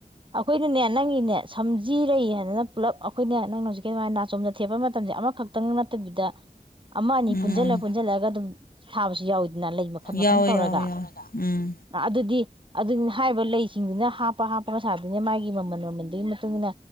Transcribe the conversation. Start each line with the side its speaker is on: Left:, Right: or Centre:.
Right: ꯑꯩꯈꯣꯏꯅꯅꯦ ꯅꯪꯒꯤꯅꯦ ꯁꯝꯖꯤꯔꯩꯏ ꯍꯥꯏꯗꯅ ꯄꯨꯂꯞ ꯑꯩꯈꯣꯏꯅꯦ ꯅꯪꯅ ꯍꯧꯖꯤꯛ ꯀꯤ ꯑꯗꯨꯃꯥꯏ ꯅꯥꯆꯣꯝꯗ ꯊꯦꯠꯄ ꯃꯇꯝꯁꯦ ꯑꯃꯈꯛꯇꯪ ꯅꯠꯇꯕꯤꯗ ꯑꯃ ꯑꯅꯤ ꯄꯨꯟꯁꯤꯜꯂ
Left: ꯎꯝ ꯎꯝ ꯎꯝ
Right: ꯄꯨꯟꯁꯤꯜꯂꯒ ꯑꯗꯨꯝ ꯊꯥꯕꯁꯨ ꯌꯥꯎꯋꯤꯗꯅ ꯂꯩ ꯃꯈꯜ ꯃꯈꯜ
Left: ꯌꯥꯎꯋꯦ
Right: ꯇꯧꯔꯒ
Left: ꯌꯥꯎꯋꯦ ꯌꯥꯎꯋꯦ ꯎꯝ
Right: ꯑꯗꯨꯗꯤ ꯑꯗꯨ ꯍꯥꯏꯕ ꯂꯩ ꯁꯤꯡꯗꯨꯅ ꯍꯥꯞꯄ ꯃꯁꯥꯗꯨꯅ ꯃꯥꯒꯤ ꯃꯃꯜ ꯃꯃꯟꯗꯨꯒꯤ ꯃꯇꯨꯡ ꯏꯟꯅ